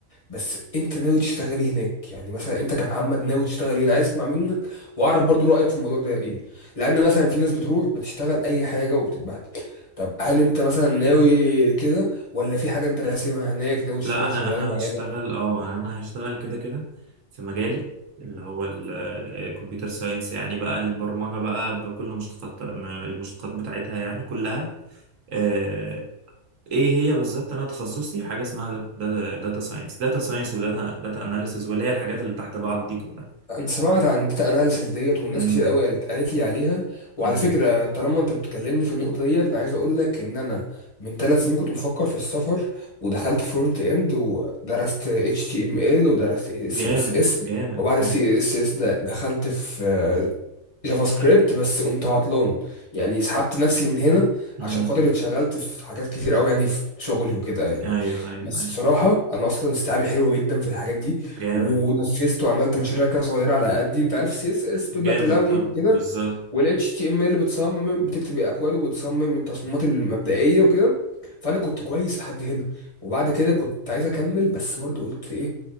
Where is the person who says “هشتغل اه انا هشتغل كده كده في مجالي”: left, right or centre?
Right